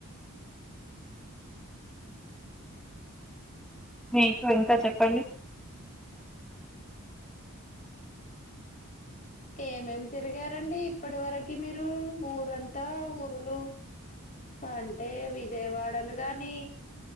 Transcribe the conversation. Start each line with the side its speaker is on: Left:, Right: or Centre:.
Centre: మీకు ఇంకా చెప్పండి
Left: ఇంకా ఏమేమి తిరిగారు డి ఇప్పటి వరకు మీరు ఊరంతా ఊరులో అంటే విజయవాడలు గాని